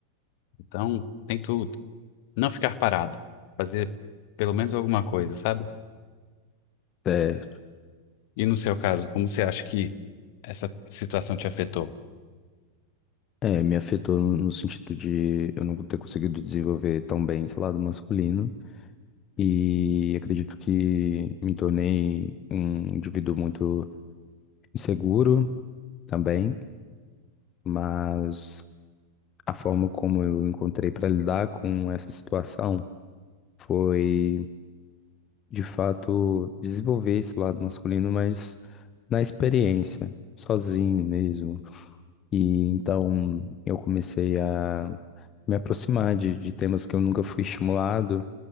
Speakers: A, on the left; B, on the left.
A: Então, tem que não ficar parado, fazer pelo menos alguma coisa, sabe?
B: É,
A: E no seu caso, como você acha que essa situação te afetou?
B: é, me afetou no no sentido de eu não ter conseguido desenvolver tão bem esse lado masculino e acredito que me tornei um indivíduo muito inseguro também, mas A forma como eu encontrei para lidar com essa situação foi, de fato, desenvolver esse lado masculino, mas na experiência, sozinho mesmo. E então eu comecei a me aproximar de, de temas que eu nunca fui estimulado,